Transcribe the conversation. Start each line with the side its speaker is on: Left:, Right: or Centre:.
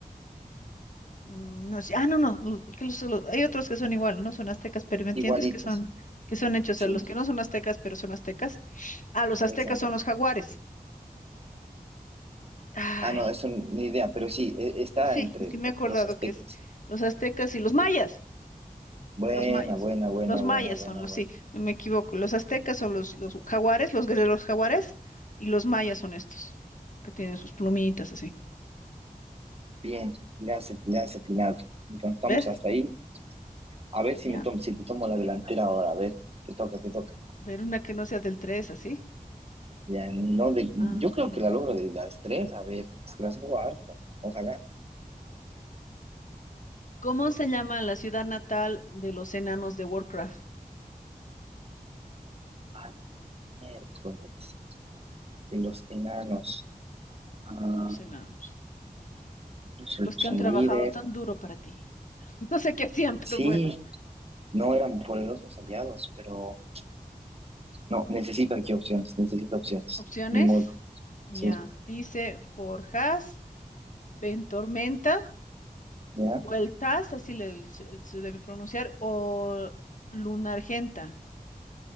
Left: Mm, No sé, ah, no, no, lo- que los- lo- hay otros que son igual, no son aztecas, pero ¿me entiendes?
Right: Igualitos.
Left: Que son, que son hechos
Right: Sí,
Left: a los que no son aztecas, pero son aztecas. Ah, los aztecas
Right: exacto.
Left: son los jaguares. Ay,
Right: Ah, no, es una idea, pero sí, e- está
Left: sí,
Right: entre,
Left: es que me
Right: entre
Left: he acordado
Right: los aztecas.
Left: que es los aztecas y los mayas,
Right: Buena,
Left: los mayas.
Right: buena, buena,
Left: Los mayas
Right: buena, buena,
Left: son los,
Right: buena.
Left: sí, me me equivoco. Los aztecas son los, los jaguares, los guerreros jaguares, y los mayas son estos, que tienen sus plumitas así.
Right: Bien, le has, le has atinado. Entonces estamos
Left: ¿Ves?
Right: hasta ahí. A ver si
Left: Ya.
Right: me tomo, si te tomo la delantera ahora. A ver, te toca, te toca.
Left: Ver una que no sea del tres, así.
Right: Ya no de,
Left: Ah.
Right: yo creo que la logro de las tres, a ver, se las hago harto. Ojalá.
Left: ¿Cómo se llama la ciudad natal de los enanos de Warcraft?
Right: Ah, no, miércoles. De los enanos. Ah,
Left: Los enanos.
Right: son,
Left: Los que
Right: son
Left: han trabajado
Right: líder.
Left: tan duro para ti. <laughs> No sé qué hacían, pero
Right: Sí,
Left: bueno.
Right: no eran poderosos aliados, pero no, necesito aquí opciones, necesito opciones.
Left: Opciones.
Right: Ni modo.
Left: Ya.
Right: Sí,
Left: Dice Forjas, Ventormenta,
Right: ya.
Left: Vueltas, así le- se, se debe pronunciar, o Lunargenta.